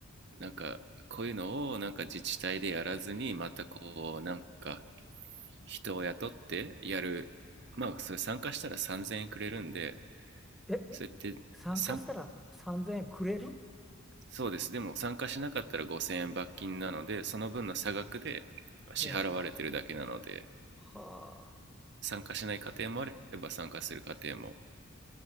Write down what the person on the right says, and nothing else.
なんかこういうのをなんか自治体でやらずにまたこうなんか人を雇ってやるまあそれ参加したら3000円くれるんで
それってさん
そうですでも参加しなかったら5000円罰金なのでその分の差額で支払われてるだけなので
参加しない家庭もあれば参加する家庭も